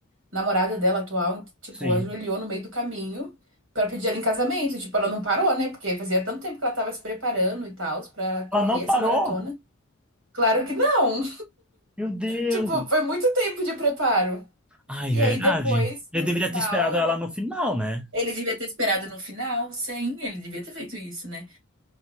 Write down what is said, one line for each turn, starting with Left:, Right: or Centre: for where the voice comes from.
Right: namorado dela atual, tipo,
Centre: Sim.
Right: ajoelhou no meio do caminho pra pedir ela em casamento. Tipo, ela não parou, né? Porque fazia tanto tempo que ela tava se preparando e tal pra correr
Centre: Ela não
Right: essa
Centre: parou?
Right: maratona. Claro que não!
Centre: Meu Deus!
Right: Tipo, foi muito tempo de preparo.
Centre: Ai,
Right: E
Centre: verdade.
Right: aí depois,
Centre: Eu
Right: no
Centre: deveria
Right: final,
Centre: ter esperado
Right: ela.
Centre: ela no final, né?
Right: Ele devia ter esperado no final, sim, ele devia ter feito isso, né?